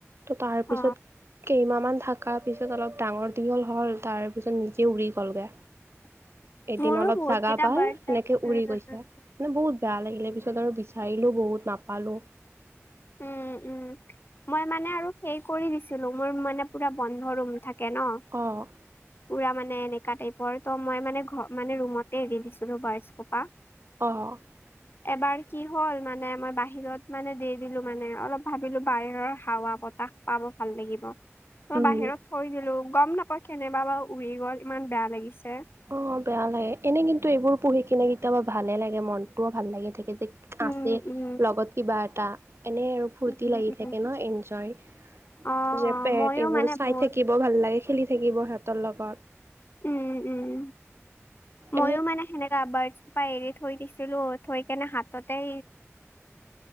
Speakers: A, on the right (about 60°); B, on the left (about 50°).
A: ত' তাৰপিছত
B: অ
A: কেইমাহ মাহ থকাৰ পিছত অলপ ডাঙৰ দীঘল হ'ল তাৰ পিছত নিজে উৰি গ'লগৈ।
B: <inaudible>
A: এদিন অলপ
B: বহুত
A: জাগা
B: কেইটা
A: ভাল
B: বাৰ্ডছ
A: সেনেকে
B: আছে উম
A: উৰি গৈছে।
B: উম।
A: মানে বহুত বেয়া লাগিলে পিছত আৰু বিচাৰিলো বহুত নাপালো।
B: উম উম মই মানে আৰু সেই কৰি দিছিলো, মোৰ মানে পুৰা বন্ধ ৰুম থাকে ন'
A: অ'
B: <inaudible> পুৰা মানে এনেকা টাইপৰ ত মই মানে ঘ মানে ৰুমতে এৰি দিছিলো <inaudible>
A: অ'
B: এবাৰ কি হ'ল মানে মই বাহিৰত মানে দেৰি ভাবিলো মানে অলপ ভাবিলো বাহিৰৰ হাৱা বতাহ পাব ভাল লাগিব মই
A: উম।
B: বাহিৰত। থৈ দিলো গম নাপাও কেনেবা বা উৰি গ'ল ইমান বেয়া লাগিছে।
A: অ' বেয়া লাগে এনে কিন্তু এইবোৰ পুহি কিনে কিতয়াবা ভালে লাগে মনতটোও ভাল লাগি থাকে যে।
B: উম
A: আছে
B: উম
A: লগত কিবা এটা এনেই আৰু ফূৰ্তি
B: উম
A: লাগি থাকে
B: উম
A: ন এনজয়।
B: অ
A: যে
B: অ
A: পেট
B: মইয়ো
A: এইবোৰ
B: মানে
A: চাই
B: বহুত
A: থাকিব ভাল লাগে খেলি থাকিব সিহঁতৰ লগত।
B: উম উম মইয়ো
A: এনে
B: মানে সেনেকাে আবঢ়িছো। পা এৰি থৈ দিছিলো থৈ কেনে হাততে